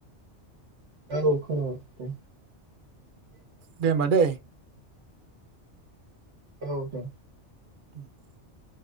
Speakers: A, on the right; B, on the right.
A: औ खोनाबाय नोंथां।
B: दे होमबा दे।
A: औ दे।
B: <inaudible>